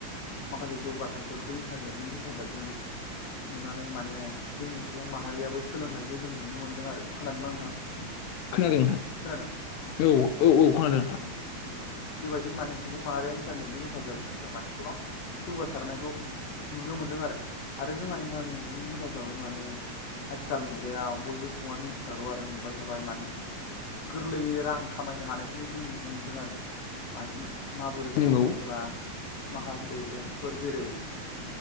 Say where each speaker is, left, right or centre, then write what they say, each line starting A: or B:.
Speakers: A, on the left; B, on the left.
A: माखासे जौगाथायाइफोरखौ इन्टारनेटनि हेफाजाबजों नुनानै माने जोंनि सुबुं माहारियाबो सोलोंनायखौ जों नुनो मोन्दों आरो खोनादोंना नोंथां
B: खोनादों नोंथां
A: खोनादों
B: औ
A: अ उम
B: औ औ खोनादों नोंथां
A: उम उम बेबायदिनो माने सुबुं माहारिया इन्टारनेटनि हेफाजाबजों जों माने गोबां जौगासारनायखौ नुनो मोन दों आरो जोंहा इन्टारनेटनि हेफाजाबै माने आथिखाल मुगायाव बयबो सुबुङानो मिथिखागौ आरो नुबाय थाबाय माने गोरलैयै रां खामायनो हानायखौ जों नुनो मोनदों आरो मानो माबोरैहाय
B: नंगौ
A: होनोब्ला माखासे एपफोर जेरै